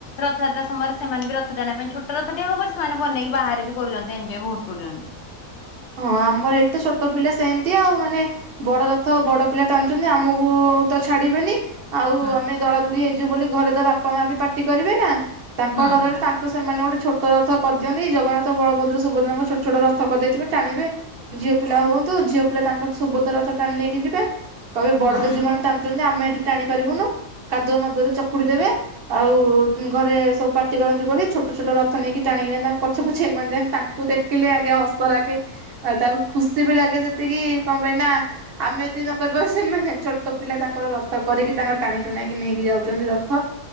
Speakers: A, on the left (about 60°); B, on the right (about 50°).
A: ରଥଯାତ୍ରା ସମୟରେ ସେମାନେ ବି ରଥ ଟା ଆଣିବା ପାଇଁ ଛୋଟ ରଥ ଟେ ହବ ସେମାନେ ବନେଇକି ବାହାରେ ବି କରୁଛନ୍ତି ଏଞ୍ଜୟ ବହୁତ କରୁଛନ୍ତି।
B: ହଁ ଆମର ଏଇଠି ତ ଛୋଟ ପିଲା ସେମିତି ଆଉ ମାନେ ବଡ ରଥ ବଡ ପିଲା ଟାଣୁଛନ୍ତି ଆମକୁ ତ ଛାଡିବେନି। ଆଉ
A: ହୁଁ
B: ଆମେ ଦଳାଦୋଳି ହେଇଯୁବୁ ବୋଲି ଘରେ ତ ବା ବାପା ମା ବି ପାଟି କରିବେ ନା। ତାଙ୍କ
A: ହୁଁ
B: ଡରରେ
A: ହୁଁ
B: ତାଙ୍କ ସେମାନେ ଗୋଟେ ଛୋଟ ରଥ କରିଦିଅନ୍ତି ଜଗନାଥ ବଳଦ୍ର ସୁଭଦ୍ରଙ୍କ ଛୋଟ ଛୋଟ ରଥ କରିଦେଇଥିବେ। ଟାଣିବେ ଝିଅ ପିଲା ହୁଅନ୍ତୁ ଝିଅ ପିଲା ତାଙ୍କ ସୁଭଦ୍ରା ରଥ ଟାଣି ନେଇକି ଯିବେ। କହିବେ ବଡ
A: ହୁଁ
B: ଦିଦି ମାନେ ଟାଣୁଚନ୍ତି ଆମେ ଏଠି ଟାଣି ପାରିବୁନୁ କାଦୁଆ ମାଦୁଅରେ ଚକୁଡି ଦେବେ ଆଉ ଘରେ ସବୁ ପାଟି କରନ୍ତି ବୋଲି ଛୋଟ ଛୋଟ ଛୋଟ ରଥ ନେଇକି ଟାଣିକି ନା ପଛେ ପଛେ ଏମାନେ ଯାଆନ୍ତି ତାଙ୍କୁ ଦେଖିଲେ ଆଜ୍ଞା ହସ ଲାଗେ। ଆଉ ତାଙ୍କୁ ଖୁସି ବି ଲାଗେ ସେତିକି କଣ ପାଇଁ ନା ଆମେ ଏତିକି ନ କରିବା ସେମାନେ ଛୋଟ ପିଲା ତାଙ୍କ ରଥ କରିକି ତାଙ୍କର ଟାଣି ଟୁଣାକି ନେଇକି ଯାଉଛନ୍ତି ରଥ